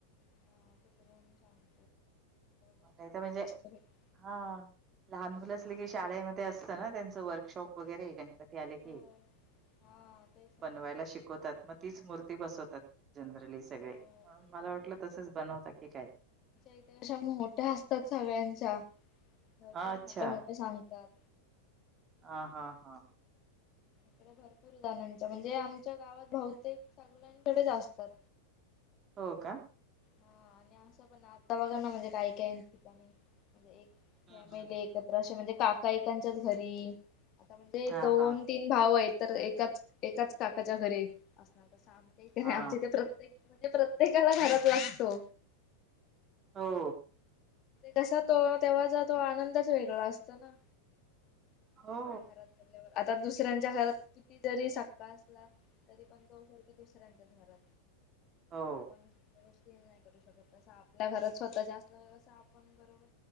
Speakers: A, on the left; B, on the right.
A: हा ते करून सांग
B: मला तर म्हणजे
A: भेटतो
B: हा लहान मुलं असले
A: मग
B: की
A: आम्ही
B: शाळेमध्ये अस असत ना त्यांचं वर्कशॉप वगैरे ते आले की
A: हो हा तेच ना
B: बनवायला शिकवतात मग तीच मूर्ती बसवतात जनरली सगळे
A: हो
B: म्हणून मला वाटलं तसच बनवत की काय
A: इतशा मोठ्या असतात सगळ्यांच्या भरपूर
B: अच्छा
A: मोठ्या मोठ्या सांगतात
B: ह हा हा
A: इ भरपूरदाणांच्या म्हणजे आमच्या गावात बहुतेक सगळ्यांकडेच असतात
B: हो का
A: हा आणि असं पण आता बघा ना म्हणजे काही काही ठिकाणी म्हणजे एक
B: हम्म
A: फॅमिली
B: हम्म हम्म
A: एकत्र अे म्हणजे काका एकांच्याच घरी आता म्हणजे
B: हा
A: दोन
B: हा
A: तीन भाव आहेत तर एकाच एकाच काकाच्या घरी असणार तसंही
B: हा
A: आमचेथ प्रत्य म्हणजे प्रत्येकाला घरात लागतो
B: हो
A: कसा तो तेव्हाचा तो आनंदच वेगळा असतो ना
B: हो
A: आपल्या घरात आता दुसऱ्यांच्या घरात किती जरी साखका असला तरी पण तो दुसऱ्याच्याच घरात
B: हो
A: आपण गोष्टी नाही करू शकत तस आपल्या घरात स्वतः जास्त व आपण बरोबर